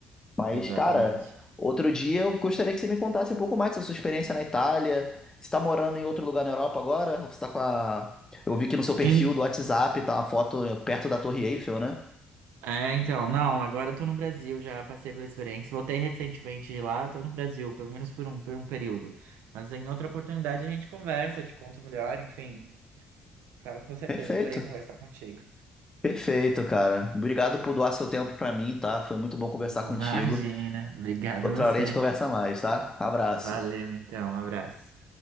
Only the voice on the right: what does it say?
Exatamente.
Em-
É, então, não, agora eu tô no Brasil, já passei pela experiência, voltei recentemente de lá, tô no Brasil, pelo menos por um, por um período. Mas em outra oportunidade a gente conversa, te conto melhor, enfim. Cara, com certeza,
adorei conversar contigo.
Imagina, obrigado
você.
Valeu, então, um abraço.